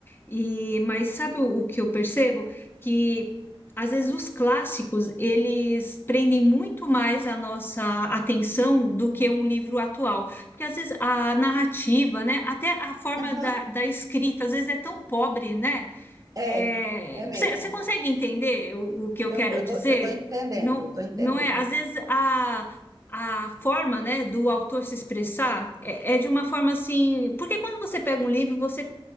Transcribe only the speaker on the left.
E, mas sabe o, o que eu percebo? Que às vezes os clássicos, eles prendem muito mais a nossa atenção do que um livro atual. Porque às vezes a narrativa, né? Até a forma
da, da escrita, às vezes é tão pobre, né?
É,
você, você consegue entender o, o que eu
quero
dizer?
Não,
não é, às vezes a, a forma, né, do autor se expressar é, é de uma forma assim, porque quando você pega um livro, você